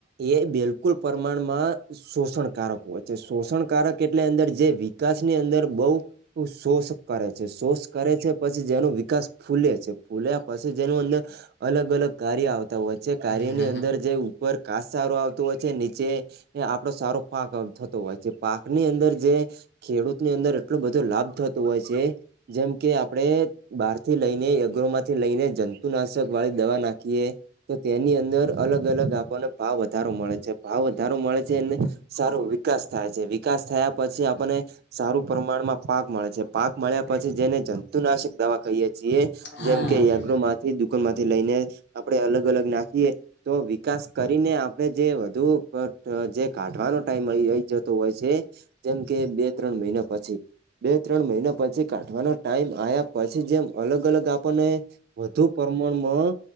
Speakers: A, on the right; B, on the left.
A: એ બિલકુલ પ્રમાણમાં શોષણકારક હોય છે શોષણકારક એટલે અંદર જે વિકાસ ની અંદર બહ શોષ કરે છે શોષ કરે પછી જેનો વિકાસ ફૂલે છે ફૂલે પછી જેનું અંદર અલગ અલગ કાર્ય આવતા હોય છે કાર્યની
B: હા
A: અંદર જે ઉપર કાસારો હોય છે નીચે આપડો સારો પાક થતો હોય છે પાક ની અંદર જે ખેડૂત ની અંદર એટલો બધો લાભ થતો હોય છે જેમ કે આપણે બહારથી લઈને યગ્રોમાં લઈને જંતુનાશક વાળી દવા નાખીએ તો તેની અંદર અલગ અલગ આપણને ભાવ વધારો મળે છે ભાવ વધારો મળે છે એને સારો વિકાસ થાય છે વિકાસ થયા પછી આપને સારું પ્રમાણમાં પાક મળે છે પાક મળ્યા પછી જેને જંતુનાશક દવા ખાઈએ છીએ
B: હા હા
A: જેમ કે ગ્રોમાંથી દુકાન માંથી લઈને આપડે અલગ અલગ નાખીએ તો વિકાસ કરીને આપણે જે વધુ જે કાઢવાનો ટાઈમ મળીઈ જતો હોય છે જેમ કે બે ત્રણ મહિના પછી બે ત્રણ મહિના પછી કાઢવાનો ટાઈમ આવ્યા પછી જેમ અલગ અલગ આપ ને વધુ પ્રમાણમાં